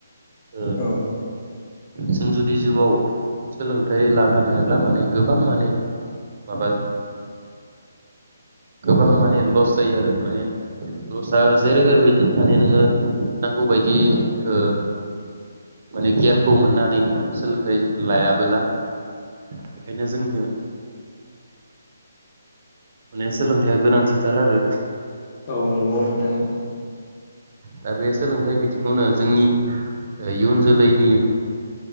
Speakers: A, on the right; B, on the left.
A: ओ
B: औऔ
A: जों जुदि जिउआव सोलोंथाइ लानो हायाब्ला माने गोबां माने माबा गोबां माने लस जायो आरो माने दस्रा जेरै
B: औ
A: ओरैबायदि माने नोङो नांगौबायदि ओ माने गियानखौ मोननो हानाय नङा सोलोंथाइ लायाब बोला बेखायनो जोंनो माने सोलोंथाइया गोनांथिथार आरो।
B: औ नंगौ नोंथां।
A: दा बे सोलोंथाइ बिथिङावनो जोंनि इयुन जोलैनि